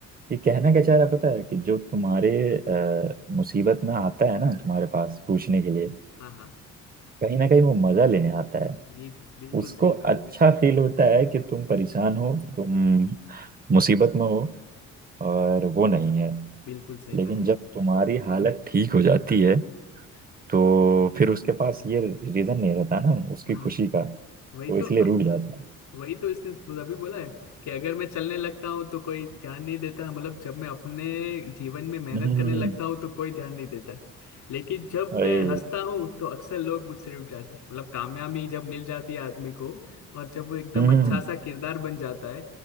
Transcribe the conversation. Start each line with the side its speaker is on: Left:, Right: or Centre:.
Right: ये कहना क्या चाह रहा है पता है कि जो तुम्हारे अ, मुसीबत में आता है ना तुम्हारे पास पूछने के लिए
Left: हाँ हाँ
Right: कहीं ना कहीं वो मजा लेने आता है
Left: ये भी बिल्कुल
Right: उसको
Left: सही बात
Right: अच्छा
Left: है
Right: फील होता है कि तुम परेशान हो तुम मुसीबत में हो और वो नहीं है
Left: बिल्कुल सही
Right: लेकिन
Left: बात है
Right: जब तुम्हारी हालत ठीक हो जाती है तो फिर उसके पास ये रीजन नहीं रहता ना उसकी
Left: हाँ
Right: खुशी का
Left: वही
Right: तो इसलिए
Left: तो आ-
Right: रूठ जाता है
Left: वही तो इसने अभी बोला है कि अगर मैं चलने लगता हूँ तो कोई ध्यान नहीं देता मतलब जब मैं अपने जीवन में मेहनत
Right: हम्म
Left: करने लगता हूँ तो कोई ध्यान नहीं देता लेकिन जब
Right: अरे
Left: मैं हंसता हूँ तो अक्सर लोग मुझसे रुठ जाते हैं मतलब कामयाबी जब मिल जाती है आदमी को और जब वो एकदम
Right: हम्म
Left: अच्छा सा किरदार बन जाता है